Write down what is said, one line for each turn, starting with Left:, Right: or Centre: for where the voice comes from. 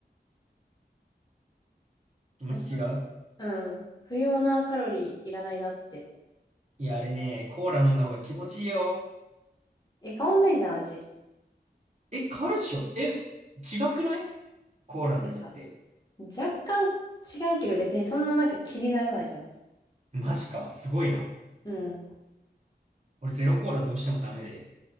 Right: 気持ち違う
Left: なんうん。不要なカロリーいらないなって。
Right: いや、あれね、コーラ飲んだ方が気持ちいいよ。
Left: え、変わんないじゃん、味。
Right: え、変わるっしょえ、違くないコーラの味って。
Left: なんか、若干違うけど別にそんななんか気にならないじゃん。
Right: マジか、すごいな。
Left: うん。
Right: 俺ゼロコーラどうしてもダメで